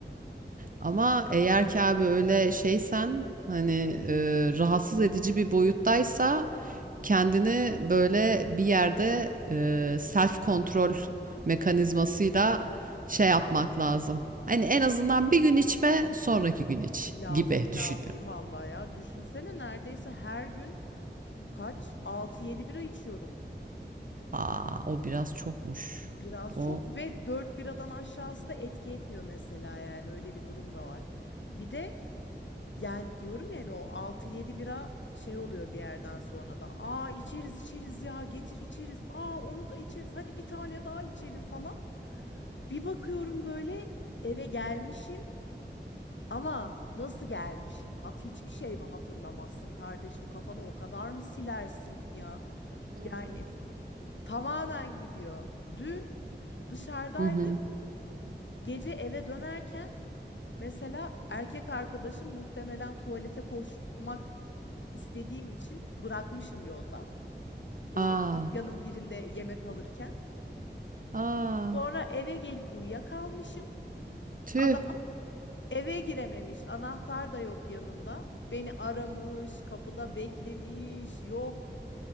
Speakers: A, on the right; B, on the left.
A: Ama eğer ki abi öyle şeysen hani e, rahatsız edici bir boyuttaysa kendini böyle bir yerde e, self kontrol mekanizmasıyla şey yapmak lazım. Hani en azından bir gün içme, sonraki gün iç
B: Lazım
A: gibi düşünüyorum.
B: lazım vallahi ya. Düşünsene neredeyse her gün kaç altı yedi bira içiyorum.
A: Aa, o biraz çokmuş.
B: Biraz
A: O
B: çok ve 4 biradan aşağısı da etki etmiyor mesela yani öyle bir durum da var. Bir de Yani diyorum yani o 6-7 bira şey oluyor bir yerden sonra da. Aa içeriz içeriz ya getir içeriz. Aa onu da içeriz. Hadi bir tane daha içelim falan. Bir bakıyorum böyle eve gelmişim ama nasıl gelmişim? Hat hiçbir şey mi hatırlamazsın kardeşim? Kafanı o kadar mı silersin ya?
A: Oo.
B: Yani tamamen gidiyor. Dün dışarıdaydık.
A: Hı hı.
B: Gece eve dönerken mesela erkek arkadaşım muhtemelen tuvalete koşmak istediğim için bırakmışım yolda. O
A: Aa,
B: dükkanın birinde yemek alırken.
A: aa,
B: Sonra eve gelip uyuyakalmışım.
A: tüh.
B: Adam eve girememiş. Anahtar da yok yanında. Beni aramış, kapıda beklemiş. Yok.